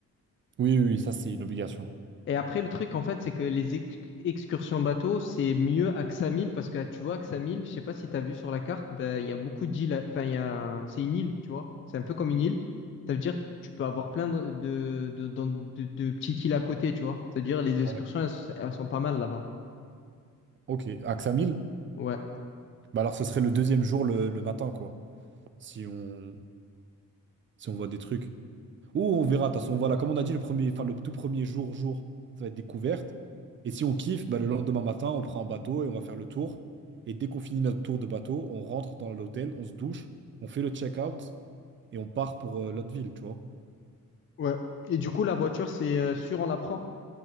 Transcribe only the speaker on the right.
Oui, oui, oui, ça, c'est une obligation.
Ouais.
Ok, Axamil?
Bah alors, ce serait le deuxième jour le, le matin, quoi. Si on, si on voit des trucs. Ou on verra, de toute façon, voilà, comme on a dit, le premier, enfin, le tout premier jour, jour, ça va être découverte. Et si on kiffe, bah, le lendemain matin, on prend un bateau et on va faire le tour. Et dès qu'on finit notre tour de bateau, on rentre dans l'hôtel, on se douche, on fait le check-out et on part pour euh, l'autre ville, tu vois.